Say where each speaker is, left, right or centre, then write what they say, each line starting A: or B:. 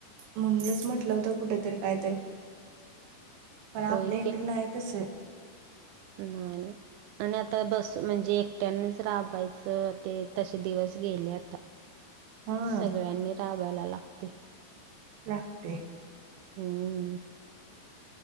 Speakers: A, on the right (about 65°); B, on the right (about 85°).
A: म्हणूनच म्हंटलं होतं कुठ तरी काय तर पण
B: होय
A: आपल्या हिकड नाही तस
B: नाई ना आणि आता दस म्हणजे एकट्यानेच राबायचं ते तसे दिवस गेले आता
A: हा
B: सगळ्यांनी राबायला लागते.
A: लागते
B: हम्म